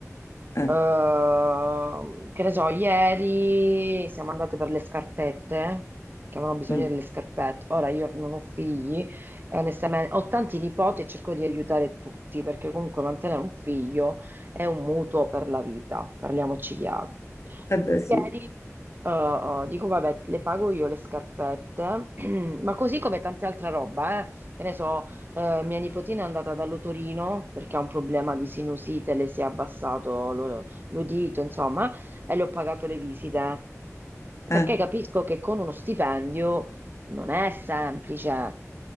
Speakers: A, on the left; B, on the right.
A: eh,
B: Ehm, che ne so, ieri siamo andate per le scarpette, che avevano bisogno
A: mm,
B: delle scarpette. Ora io non ho figli e onestamente ho tanti nipoti e cerco di aiutare tutti, perché comunque mantenere un figlio è un mutuo per la vita, parliamoci chiaro.
A: eh beh sì,
B: Ieri, eh, eh, dico, vabbè, le pago io le scarpette, <clears throat> ma così come tante altre roba, eh. Che ne so, eh, mia nipotina è andata dall'otorino perché ha un problema di sinusite, le si è abbassato lo- l'udito, insomma, e le ho pagato le visite. Perché
A: eh,
B: capisco che con uno stipendio non è semplice,